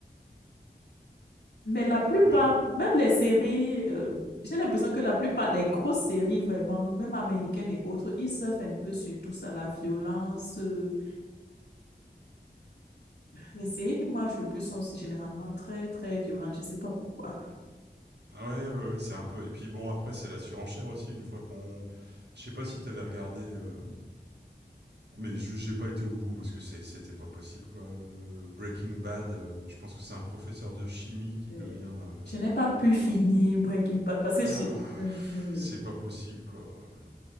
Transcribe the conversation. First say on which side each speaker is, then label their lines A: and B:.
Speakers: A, on the left; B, on the right.
A: Mais la plupart,
B: Ouais,
A: même les séries, euh, j'ai l'impression que la plupart, les grosses séries vraiment, même américaines et autres, ils surfent un peu sur tout ça, la violence. euh, Les séries qui marchent le plus sont généralement très, très violentes. Je ne sais pas pourquoi.
B: Ah ouais, ouais, ouais, c'est un peu... Et puis bon, après, c'est la surenchère aussi, une fois qu'on... Je sais pas si t'avais regardé... euh, Mais je- j'ai pas été au bout parce que c'est- c'était pas possible quoi. Euh, Breaking Bad, euh, je pense que c'est un professeur de chimie qui
A: Euh,
B: devient. euh,
A: Je n'ai pas pu finir Breaking Bad parce que
B: ah,
A: je, je- je-
B: c'est pas possible quoi. Euh,